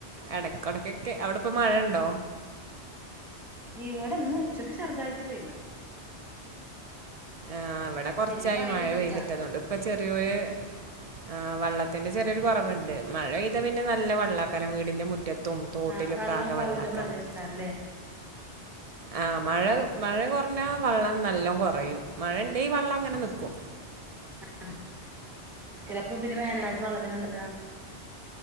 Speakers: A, on the right; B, in the centre.
A: എടക്കടക്കൊക്കെ അവിടെ ഇപ്പോ മഴണ്ടോ?
B: ഇവിടെന്ന് ഉച്ചക്ക് ചെറുതായിട്ട് പെയ്തു.
A: ആ ഇവടെ കൊറച്ചായി
B: പിന്നെ മഴയൊന്നുല്ല
A: മഴ പെയ്ത്ട്ട് അതുകൊണ്ട് പ്പൊ ചെറിയൊര് ആ വള്ളത്തിന്റെ ചെറിയൊരു കുറവ്ണ്ട് മഴ പെയ്താ പിന്നെ നല്ല വള്ളാക്കാരം വീടിന്റെ മു റ്റത്തും തോട്ടിലൊക്കെ
B: ആഹ് വെള്ളം
A: ആകെ
B: കൊറവില്ല
A: വെള്ളാക്കാരം
B: പ്രദേശക്കാരല്ലേ
A: ആ മഴ മഴ കുറഞ്ഞാ വള്ളം നല്ലോ കുറയും മഴ ഇണ്ടെയ് വള്ളം അങ്ങനെ നിക്കും.
B: ആ <unintelligible> വേനൽ കാലത്ത് വള്ളത്തിന് എന്താ ട്ടാ